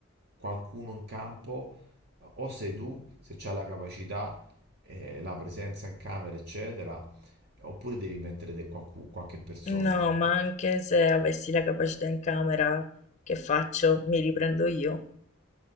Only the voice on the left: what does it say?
No, ma
anche se avessi la capacità in camera, che faccio? Mi riprendo io?